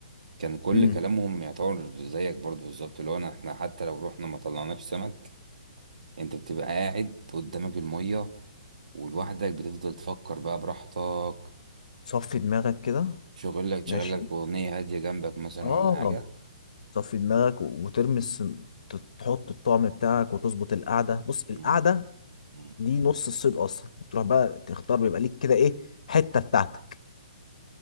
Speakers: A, on the right; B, on the left.
A: كان كل
B: امم
A: كلامهم يعتبر زيك برضو بالظبط اللي هو أنا- احنا حتى لو رحنا ما طلعناش سمك انت بتبقى قاعد قدامك الميه ولوحدك بتفضل تفكر بقى براحتك
B: صفي دماغك كده
A: شغل لك
B: ماشي
A: شغل لك أغنية هادية جنبك مثلا
B: اه
A: ولا حاجة
B: صفي دماغك و- وترمي السن... تحط الطعم بتاعك وتظبط القعده بص
A: مم.
B: القعده
A: مم.
B: دي نص الصيد اصلا بتروح بقى تختار بيبقى ليك كده ايه حته بتاعتك